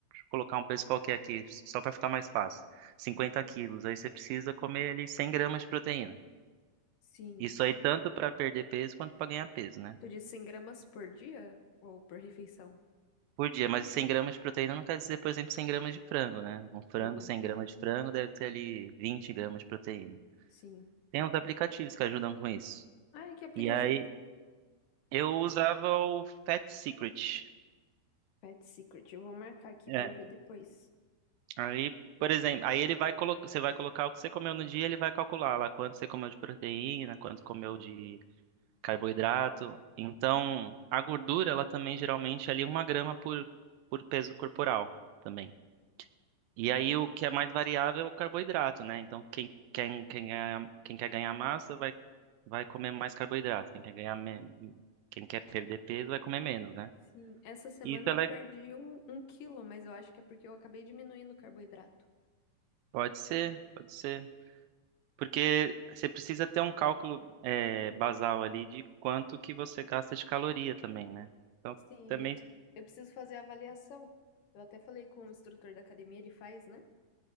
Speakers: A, on the right; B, on the left.
A: colocar um peso qualquer aqui, só para ficar mais fácil. cinquenta quilos. Aí você precisa comer ali 100 gramas de proteína.
B: Sim.
A: Isso aí tanto para perder peso quanto para ganhar peso, né?
B: Tu disse 100 gramas por dia ou por refeição?
A: por dia, mas 100 gramas de proteína não quer dizer, por exemplo, 100 gramas de frango, né? Um frango,
B: Uhum.
A: 100 gramas de frango deve ter ali 20 gramas de proteína.
B: Sim.
A: Tem uns aplicativos que ajudam com isso.
B: Ai, que aplicativo.
A: E aí, eu usava o Fat Secret.
B: Pet Secret. Eu vou marcar aqui
A: É.
B: pra eu ver depois.
A: Aí, por exemplo, aí ele vai colocar, você vai colocar o que você comeu no dia, ele vai calcular lá quanto você comeu de proteína, quanto comeu de carboidrato. Então, a gordura, ela também geralmente é ali uma grama por, por peso corporal. também. E
B: Ah,
A: aí o que é mais variável é o carboidrato, né? Então quem, quem, quem, ganha- quem quer ganhar massa vai, vai comer mais carboidrato. Quem quer ganhar me- quem quer perder peso vai comer menos, né?
B: Sim. Essa semana
A: E isso é
B: eu
A: le-
B: perdi um, um quilo, mas eu acho que é porque eu acabei diminuindo o carboidrato.
A: Pode ser, pode ser. Porque você precisa ter um cálculo é, basal ali de quanto que você gasta de caloria também, né? Então
B: Sim,
A: também
B: eu, pre- eu preciso fazer a avaliação. Eu até falei com o instrutor da academia, ele faz, né?